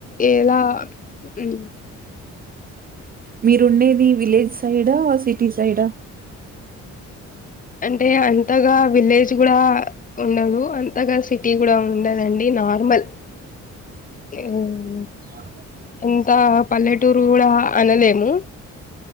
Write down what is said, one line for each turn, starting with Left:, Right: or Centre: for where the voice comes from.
Left: ఎలా ఉమ్
Right: మీరుండేది విలేజ్ సైడా సిటీ సైడా
Left: అంటే అంతగా విలేజ్ కూడా ఉండదు అంతగా సిటీ కూడా ఉండదండి ఈ నార్మల్ ఎ ఆ
Right: నాగ్ అర్జున్
Left: అంతా పల్లెటూరు కూడా అనలేము